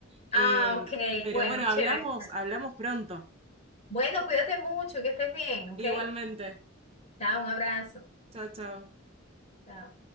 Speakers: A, on the right; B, on the left.
A: em,
B: Ah, ok.
A: pero
B: Bueno,
A: bueno,
B: chévere.
A: hablamos, hablamos pronto.
B: Bueno, cuídate mucho, que estés bien, ¿ok?
A: Igualmente.
B: Chao, un abrazo.
A: Chao, chao.
B: Chao.